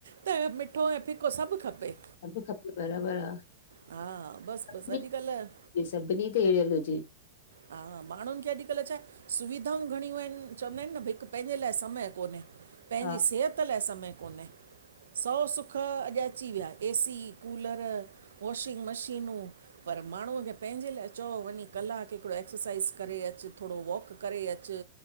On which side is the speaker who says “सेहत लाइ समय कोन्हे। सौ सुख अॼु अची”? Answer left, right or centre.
Right